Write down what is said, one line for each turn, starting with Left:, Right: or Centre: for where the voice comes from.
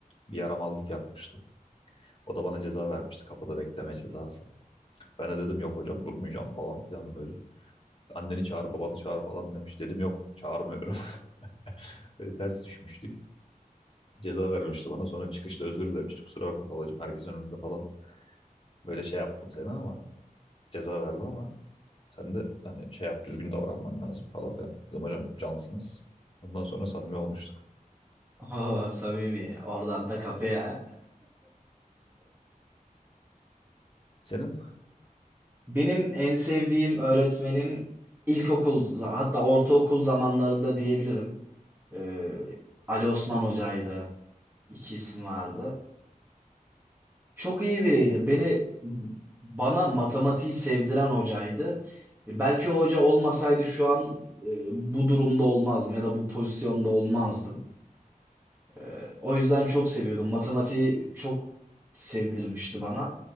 Left: bir yaramazlık yapmıştım. O da bana ceza vermişti. Kapıda bekleme cezası. Ben de dedim yok hocam durmayacağım falan filan böyle. Anneni çağır, babanı çağır falan demiş. Dedim yok, çağırmıyorum. <laughs> Böyle ters düşmüştük. Ceza vermişti bana. Sonra çıkışta özür demişti. Kusura bakma Talacığım, herkesin önünde falan. Böyle şey yaptım seni ama ceza verdim ama sen de hani şey yap, düzgün davranman lazım falan filan. Dedim hocam cansınız. Ondan sonra samimi olmuştuk.
Right: Oh, samimi. Oradan da kafeye.
Left: Senin
Right: Benim en sevdiğim öğretmenim ilkokul hatta ortaokul zamanlarında diyebilirim. Ee, Ali Osman Hoca'ydı. İki isim vardı. Çok iyi biriydi. Beni bana matematiği sevdiren hocaydı. E, Belki o hoca olmasaydı şu an e, bu durumda olmazdım ya da bu pozisyonda olmazdım. Ee, o yüzden çok seviyordum. Matematiği çok sevdirmişti bana.